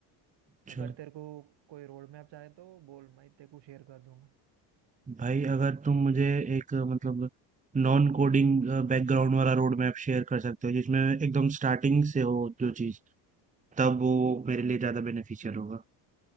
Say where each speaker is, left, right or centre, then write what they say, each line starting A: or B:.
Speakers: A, on the right (about 15°); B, on the right (about 65°).
A: अच्छा
B: अगर तेरे को कोई रोड मैप चाहे तो बोल मैं तेरे को शेयर कर दूंगा
A: भाई अगर तुम मुझे एक अ, मतलब नॉन कोडिंग बैकग्राउंड वाला रोड मैप शेयर कर सकते हो जिसमें एकदम स्टार्टिंग से हो जो चीज़ तब वो मेरे लिए ज़्यादा बेनिफिशियल होगा